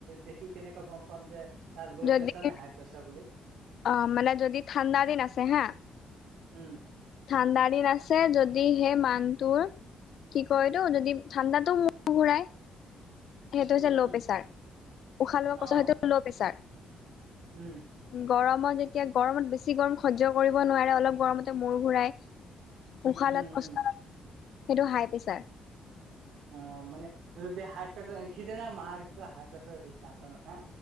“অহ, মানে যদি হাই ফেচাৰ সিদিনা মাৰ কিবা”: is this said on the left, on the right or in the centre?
Right